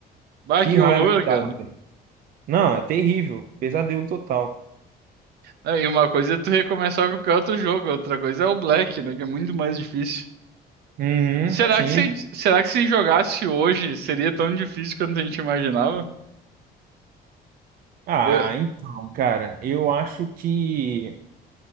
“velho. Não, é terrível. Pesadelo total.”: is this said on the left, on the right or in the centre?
Right